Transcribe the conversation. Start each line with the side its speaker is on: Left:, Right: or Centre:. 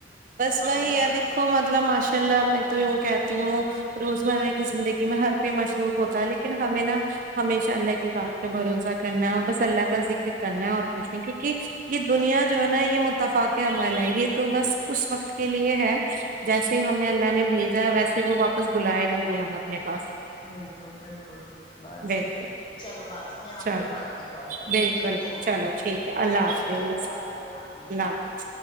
Right: بس وہی
Left: نہ
Right: د کو مطلب ماشاء اللہ میں تو یوں کہتی ہوں روزمرہ کی زندگی میں ہر کوئی مصروف ہوتا ہے لیکن ہمیں نا ہمیشہ اللہ کے ساتھ سے بھروسہ کرنا ہے اور بس اللہ کا ذکر کرنا ہے اور کچھ نہیں کیونکہ یہ دنیا جو ہے نا یہ تفاق عمل ہے یہ تو بس اس وقت کے لیے ہے جیسے ہی ہمیں اللہ نے بھیجا ہے ویسے پھر وہ واپس بلائے گا بھی ہم اپنے پاس
Left: بالکل بالکل باجی
Right: بالکل
Left: چلو باجی میں آپ
Right: چلو
Left: کو بعد میں کال کروں
Right: بالکل
Left: گی ٹھیک ہے
Right: چلو ٹھیک ہے اللہ
Left: ٹھیک
Right: حافظ
Left: ہے اللہ حافظ امین
Right: اللہ حافظ